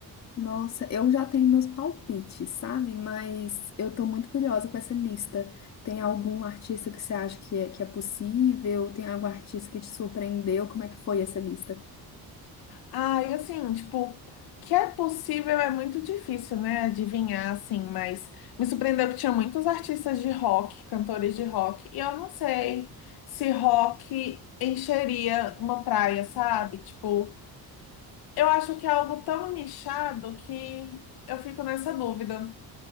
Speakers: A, on the left (about 45°); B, on the left (about 70°).
A: Nossa, eu já tenho meus palpites, sabe? Mas eu tô muito curiosa com essa lista. Tem algum artista que você acha que é, que é possível? Tem algum artista que te surpreendeu? Como é que foi essa lista?
B: Ah, e assim, tipo, que é possível é muito difícil, né, adivinhar, assim, mas me surpreendeu que tinha muitos artistas de rock, cantores de rock, e eu não sei se rock encheria uma praia, sabe? Tipo, eu acho que é algo tão nichado que eu fico nessa dúvida.